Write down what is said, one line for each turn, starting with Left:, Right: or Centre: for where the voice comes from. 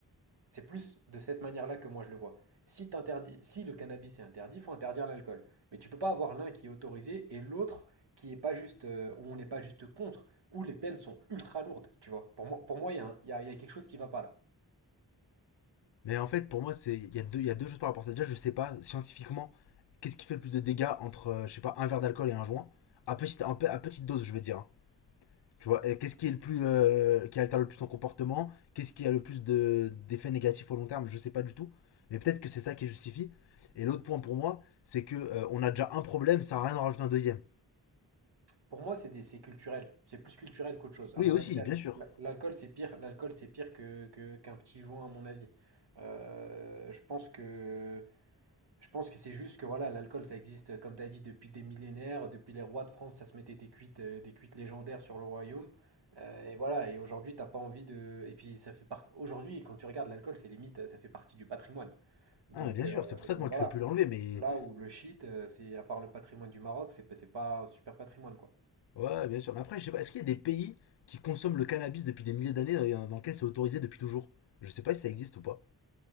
Right: C'est plus de cette manière-là que moi je le vois. Si, t'interdis- si le cannabis est interdit, il faut interdire l'alcool. Mais tu ne peux pas avoir l'un qui est autorisé et l'autre qui est pas juste, euh, où on n'est pas juste contre, où les peines sont ultra lourdes, tu vois. Pour moi, pour moi, il y, a il y a il y a quelque chose qui ne va pas là.
Left: Mais en fait, pour moi, c'est il y a deux, il y a deux choses par rapport à ça. Déjà, je sais pas scientifiquement qu'est-ce qui fait le plus de dégâts entre, euh, je sais pas, un verre d'alcool et un joint. À petite, en pe- à petite dose, je veux dire. hein. Tu vois, et qu'est-ce qui est le plus, euh, qui altère le plus ton comportement Qu'est-ce qui a le plus de- d'effets négatifs au long terme Je sais pas du tout. Mais peut-être que c'est ça qui justifie. Et l'autre point pour moi, c'est que euh, on a déjà un problème, ça sert à rien d'en rajouter un deuxième.
Right: Pour moi, c'est des- c'est culturel. C'est plus culturel qu'autre chose. À
Left: Oui,
Right: mon
Left: aussi,
Right: avis, l'al-
Left: bien sûr.
Right: l'al- l'alcool, c'est pire. L'alcool, c'est pire que, que- qu'un petit joint, à mon avis. Euh, je pense que Je pense que c'est juste que voilà, l'alcool, ça existe, euh, comme tu as dit, depuis des millénaires. Depuis les rois de France, ça se mettait des cuites, euh, des cuites légendaires sur le royaume. Euh, et voilà, et aujourd'hui, t'as pas envie de. Et puis, ça fait partie. Aujourd'hui, quand tu regardes l'alcool, c'est limite, ça fait partie du patrimoine. Donc,
Left: Ah, mais bien
Right: euh,
Left: sûr, c'est pour ça
Right: donc
Left: que moi
Right: voilà,
Left: tu peux plus l'enlever, mais
Right: là où le shit, euh, c'est à part le patrimoine du Maroc, c'est pas c'est pas un super patrimoine, quoi.
Left: Ouais, bien sûr. Mais après, je sais pas, est-ce qu'il y a des pays qui consomment le cannabis depuis des milliers d'années euh, dans lesquels c'est autorisé depuis toujours? Je sais pas si ça existe ou pas.